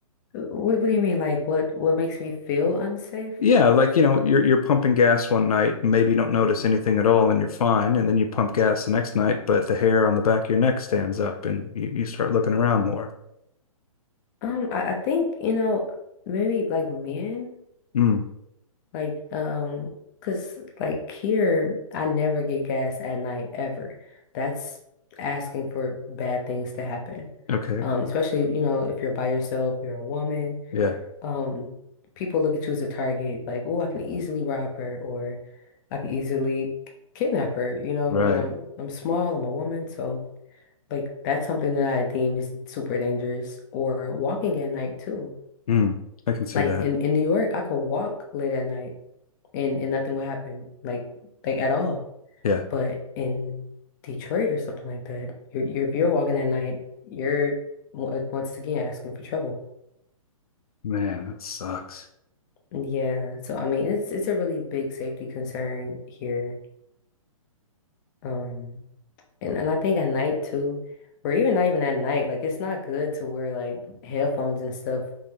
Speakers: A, on the left (about 35°); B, on the left (about 85°).
A: what what do you mean? Like what what makes me feel unsafe?
B: Yeah, like you know, you're you're pumping gas one night, and maybe you don't notice anything at all, and you're fine. And then you pump gas the next night, but the hair on the back of your neck stands up, and you, you start looking around more.
A: Um, I, I think you know maybe like men
B: Mm,
A: like um, cause like here I never get gas at night ever. That's asking for bad things to happen.
B: okay,
A: Um, especially you know if you're by yourself, you're a woman.
B: yeah,
A: um people look at you as a target, like, oh, I can easily rob her or I can easily k- kidnap her, you know,
B: right.
A: like I'm I'm small, I'm a woman, so like that's something that I deem is super dangerous. Or walking at night too.
B: Mm, I can see
A: Like
B: that.
A: in, in New York, I could walk late at night and, and nothing would happen, like like at all.
B: Yeah,
A: But in Detroit or something like that, you're, you're if you're walking at night, you're w- once again asking for trouble.
B: man, that sucks.
A: Yeah, so I mean it's it's a really big safety concern here. Um and, and I think at night too, or even not even at night, like it's not good to wear like headphones and stuff